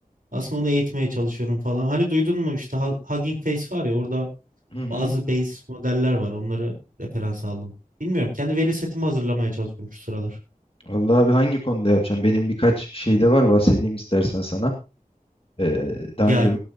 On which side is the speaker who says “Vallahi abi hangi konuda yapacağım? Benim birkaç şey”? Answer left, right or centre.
Left